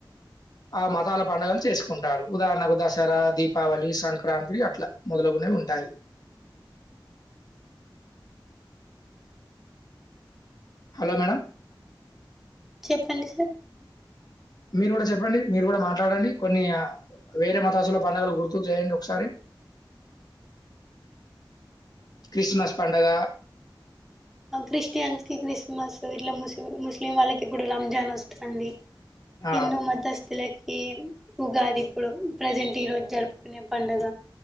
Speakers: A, on the left; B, in the centre.
A: ఆ మతాల పండుగలు చేసుకుంటారు. ఉదాహరణకు దసరా దీపావళి సంక్రాంతి అట్లా మొదలగునే ఉంటాయి. హలో మేడం
B: చెప్పండి సార్
A: మీరు కూడా చెప్పండి. మీరు కూడా మాట్లాడండి కొన్ని వేరే మతాసుల పడుగలు గుర్తు చేయండి. ఒకసారి క్రిస్మస్ పండగ
B: క్రిస్టియన్స్ క్రిస్ మస్ వీటిలో ము ముస్లిం వాళ్ళకి ఇప్పుడు రంజాన్ వస్తుంది.
A: ఆ!
B: ఇన్న మత అస్తిల ఈ ఉగాది ఇప్పుడు ప్రజెంట్ ఈ రోజు జరుపుకునే పండగ